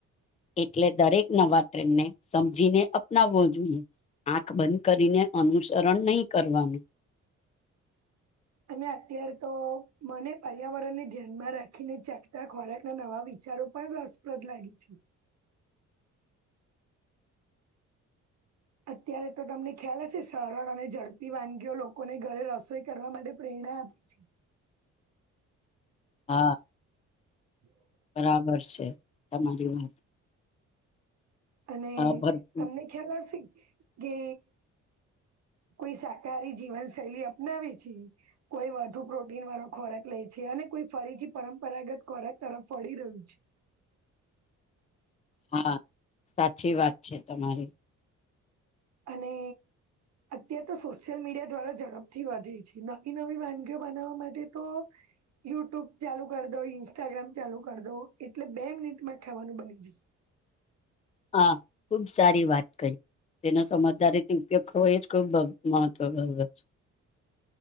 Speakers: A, on the left; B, on the right.
A: એટલે દરેક, નવા ટ્રેનને સમજીને અપનાવવો જોઈએ આંખ બધ, કરીને અનુસરણ નહી કરવાનુ
B: અને અત્યારે, તો મને પર્યાવરણને ધ્યાનમાં રાખીને ચખતા ખોરાક ના નવા વિચ બચારું પણ રસપ્રદ લાગે છે. અત્યારે, તો તમને ખ્યાલ હશે સરળ અને ઝડપ વાનગીઓ લોકોને ઘરે રસોઈ કરવા માટે પ્રે ના પ
A: હા
B: હ
A: બરાબર છે, તમારી વાત
B: અને
A: હા ભરપૂર
B: તમને ખ્યાલ હશે, કે કોઈ શાકાહારી જીવન શૈલી અપનાવે છે, કોઈ વધુ પ્રોટીન વાળો ખોરાક લે છે, અને કો ફરીથી, પરંપરાગત ખોરાક તરફ ફળી રહ્યું છે.
A: હા, સાચી વાત છે. તમારી
B: અને અત્યારે, તો સોશિયલ મીડિયા દ્વારા ઝડપથી વધે છે, નવી નવી વાનગીઓ બનાવવા માટે તો યુટ્યુબ ચાલુ કરી દો ઇન્સ્ટાગ્રામ ચાલુ કરી દો, એટલે બે મિનિટમા ખાવાનુ બની જય
A: હા, ખુબ સારી વાત કહી તેનો સમજદારીથી, ઉપયોગ કરવો એ જ ખુબ મહત્વ છે.